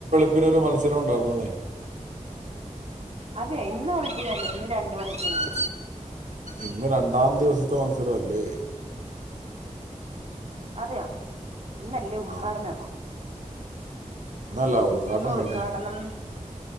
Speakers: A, on the right (about 70°); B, on the right (about 55°).
A: പിന്നൊ ഒരു മത്സരം ഉണ്ടായിരുന്നോന്നേ
B: അതെയ ഇന്ന് വിളിക്കനല്ലേ ഇന്ന് രണ്ട് മണിക്കാണ്
A: ഇന്ന് രണ്ടാം ദിവസത്തെ മത്സര അല്ലേ
B: അതെയാ ഇന്നല്ലേ ഉദ്ഘാടനപ്പ
A: ആഹ് ഇന്നല്ല ഉദ്ഘാടനം
B: ഇന്ന് ഉദ്ഘാടനം
A: കഴിഞ്ഞു